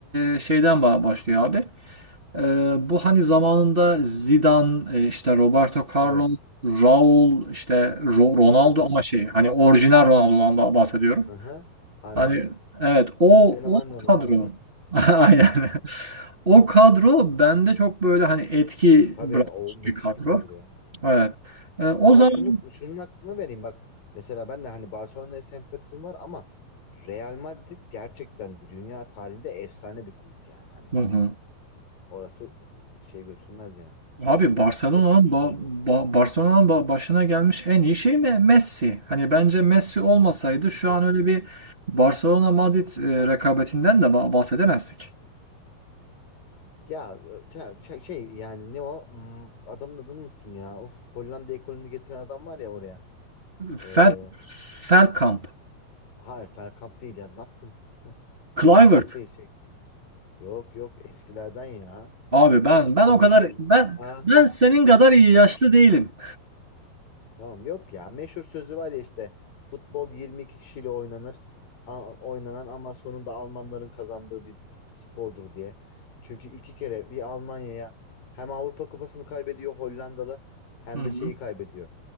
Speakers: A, on the right (about 25°); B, on the left (about 65°).
A: e, şeyden ba- başlıyor abi. E, bu hani zamanında Zidane e, işte Roberto Carlos,
B: Evet.
A: Raul işte Ro- Ronaldo
B: Tabii tabii.
A: ama şey hani orijinal Ronaldo'dan ba- bahsediyorum.
B: Hı hı. Anladım.
A: Hani evet o
B: Fenomen
A: o
B: Ronaldo.
A: kadro. <laughs> Aynen. O kadro bende çok böyle hani etki
B: <laughs> Tabii
A: bırakmış
B: o müthiş
A: bir kadro.
B: bir kadro ya.
A: Evet. E, o
B: Ama
A: zaman
B: şunu şunun hakkını vereyim bak. Mesela ben de hani Barcelona'ya sempatizm var ama Real Madrid gerçekten dünya tarihinde efsane bir kulüp yani. Hani
A: Hı hı.
B: orası ıı, şey götürmez yani.
A: Abi Barcelona'nın
B: Hep çok iyi
A: ba
B: kadro.
A: Ba- Barcelona'nın ba- başına gelmiş en iyi şey Me- Messi. Hani bence Messi olmasaydı şu
B: Tabii.
A: an öyle bir Barcelona Madrid e, rekabetinden de ba- bahsedemezdik.
B: Ya e, te- şey şey yani ne o? Hmm, Adamın adını unuttum ya. Of Hollanda ekolünü getiren adam var ya oraya.
A: Fel
B: Ee,
A: Feldkamp,
B: hayır Bergkamp değil ya. Ne yaptın? <laughs>
A: Kluivert.
B: Bergkamp değil şey. Yok yok eskilerden ya.
A: Abi ben
B: İşte
A: ben o
B: meşhur.
A: kadar ben
B: Ha,
A: ben senin kadar iyi
B: tamam.
A: yaşlı değilim.
B: Tamam yok ya meşhur sözü var ya işte futbol 22 kişiyle oynanır A- oynanan ama sonunda Almanların kazandığı bir spordur diye. Çünkü iki kere bir Almanya'ya hem Avrupa Kupası'nı kaybediyor Hollandalı hem
A: Hı hı.
B: de şeyi kaybediyor.